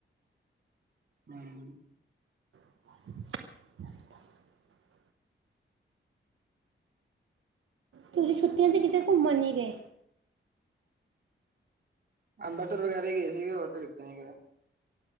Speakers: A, on the right; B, on the right.
A: ਹਮ
B: <unintelligible> ਤੁਸੀਂ ਛੁੱਟੀਆ ਤੇ ਕਿਤੇ ਘੁੰਮਣ ਨਹੀਂ ਗਏ
A: ਅੰਮ੍ਰਿਤਸਰ ਵਗੈਰਾ ਹੀ ਗਏ ਸੀਗੇ ਹੋਰ ਤਾਂ ਕਿੱਥੇ ਨੀ ਗਏ।